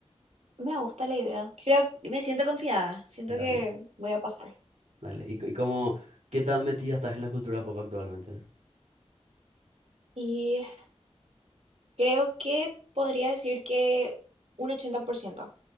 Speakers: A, on the right; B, on the right.
A: Me gusta la idea. Creo, me siento confiada. Siento
B: Dale.
A: que voy a pasar.
B: Dale, y, c- y cómo ¿qué tan metida estás en la cultura pop actualmente?
A: Y creo que podría decir que un 80%.